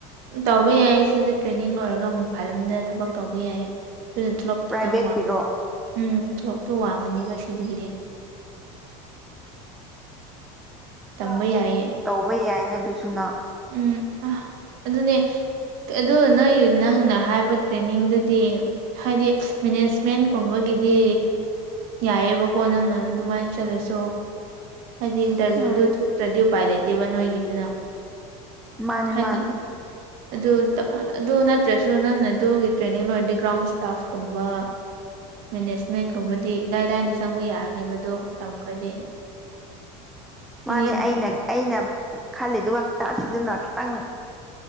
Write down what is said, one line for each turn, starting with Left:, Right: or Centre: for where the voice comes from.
Right: ꯇꯧꯕ ꯌꯥꯏꯌꯦ ꯁꯤꯗ ꯇ꯭ꯔꯦꯅꯤꯡ ꯂꯣꯏꯔꯒ ꯃꯄꯥꯜ ꯂꯝꯗ ꯊꯕꯛ ꯇꯧꯕ ꯌꯥꯏꯌꯦ ꯑꯗꯨꯅ ꯇꯣꯂꯣꯞ
Centre: ꯄ꯭ꯔꯥꯏꯚꯦꯠꯀꯤꯔꯣ
Right: ꯈꯤꯇꯪ ꯋꯥꯡꯉꯤ ꯎꯝ ꯇꯣꯂꯣꯞꯇꯣ ꯋꯥꯡꯒꯅꯤꯕ ꯁꯤꯗꯒꯤꯗꯤ
Centre: <unintelligible>
Right: ꯇꯝꯕ ꯌꯥꯏꯌꯦ
Centre: ꯇꯧꯕ ꯌꯥꯏꯅ ꯑꯗꯨꯁꯨ ꯅꯪ
Right: ꯎꯝ ꯑ ꯑꯗꯨꯅꯦ ꯑꯗꯨ ꯅꯣꯏ ꯅꯪꯅ ꯍꯥꯏꯕ ꯇ꯭ꯔꯦꯟꯅꯤꯡꯗꯨꯗꯤ ꯍꯥꯏꯗꯤ ꯃꯦꯅꯦꯖꯃꯦꯟ ꯀꯨꯝꯕꯒꯤꯗꯤ ꯌꯥꯏꯑꯕꯀꯣ ꯅꯪꯅ ꯑꯗꯨꯃꯥꯏꯅ ꯆꯠꯂꯁꯨ ꯍꯥꯏꯗꯤ ꯏꯟꯇꯔꯚ꯭ꯌꯨꯗꯨ
Centre: ꯎꯝ
Right: ꯊꯣꯛꯇ꯭ꯔꯗꯤ ꯎꯄꯥꯏ ꯂꯩꯇꯦꯕ ꯅꯣꯏꯒꯤꯗꯨꯅ
Centre: ꯃꯥꯅꯦ
Right: ꯍꯥꯏꯗꯤ
Centre: ꯃꯥꯅꯦ
Right: ꯑꯗꯨ ꯑꯗꯨ ꯅꯠꯇ꯭ꯔꯁꯨ ꯅꯪꯅ ꯑꯗꯨꯒꯤ ꯇ꯭ꯔꯦꯅꯤꯡ ꯂꯣꯏꯔꯗꯤ ꯒ꯭ꯔꯥꯎꯟ ꯏ꯭ꯁꯇꯥꯐ ꯀꯨꯝꯕ ꯃꯦꯅꯦꯖꯃꯦꯟꯒꯨꯝꯕꯗꯤ ꯏꯂꯥꯏ ꯂꯥꯏꯅ ꯆꯪꯕ ꯌꯥꯔꯅꯦꯕꯗꯣ ꯇꯝꯈ꯭ꯔꯗꯤ ꯍꯥꯏꯗꯤ
Centre: ꯃꯥꯅꯦ ꯑꯩꯅ ꯑꯩꯅ ꯈꯜꯂꯤꯗꯨꯒ ꯈꯤꯇ ꯑꯁꯤꯗꯨꯅ ꯈꯤꯇꯪ